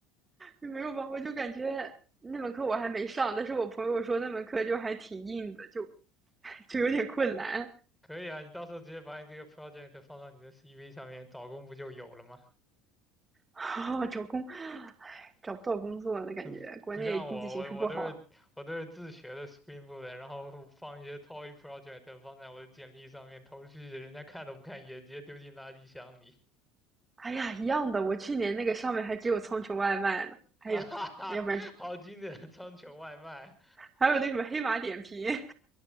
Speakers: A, on the right; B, in the centre.
A: 就没有吧？我就感觉那门课我还没上，但是我朋友说那门课就还挺硬的，就就有点困难。
B: 可以啊，你到时候直接把你这个 project 放到你的 CV 上面，找工不就有了吗？
A: 哦，找工，唉，找不到工作了，感觉国内经济形势不好。
B: 嗯，不像我，我我都是我都是自学的 Spring Boot，的然后放一些 toy project 放在我的简历上面投出去，人家看都不看，也直接丢进垃圾箱里。
A: 哎呀，一样的，我去年那个上面还只有苍穹外卖呢，
B: <laughs>
A: 还有，
B: 哈哈哈，
A: 要不然就，
B: 好经典的苍穹外卖，
A: 还有那什么黑马点评。